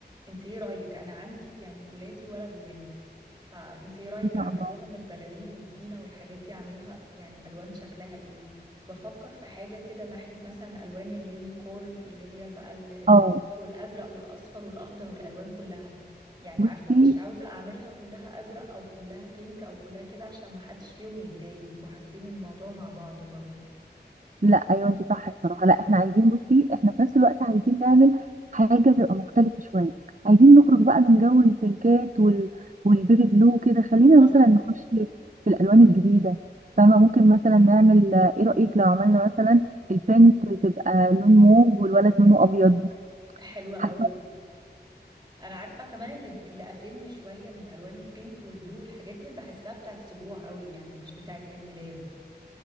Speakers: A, on the right (about 25°); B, on the right (about 45°).
A: انت ايه رأيك انا عندي يعني ولادي ولد وبنت فانت ايه رأيك
B: ما شاء
A: اعمل
B: الله
A: لهم البلالين والزينة والحاجات دي اعملها يعني الوان شكلها ايه بفكر في حاجة كده ناحية مثلا الوان اليونيكورن اللي هي بقى ال- ال-
B: اه
A: والازرق والاصفر والاخضر والالوان كلها يعني
B: بصي
A: عارفة مش عاوزة أعملها كلها أزرق أو كلها بينك أو كلها كده عشان ما حدش فيهم يتضايق يبقوا حاسين الموضوع مع بعض برضو
B: لا ايوه انت صح الصراحه لا احنا عايزين بصي احنا في نفس الوقت عايزين نعمل حاجه تبقى مختلفه شويه عايزين نخرج بقى من جو البينكات وال... والبيبي بلو كده خلينا
A: بالظبط
B: مثلا نخش في الالوان الجديده فاهمه ممكن مثلا نعمل ايه رايك لو عملنا مثلا البنت تبقى لون موف والولد لونه ابيض
A: حلوة قوي
B: حاسه
A: أنا عارفة كمان اللي اللي قافلني شوية من ألوان البينك والبلو والحاجات دي أنا بحسها بتاعت سبوع قوي يعني مش بتاعت عيد ميلاد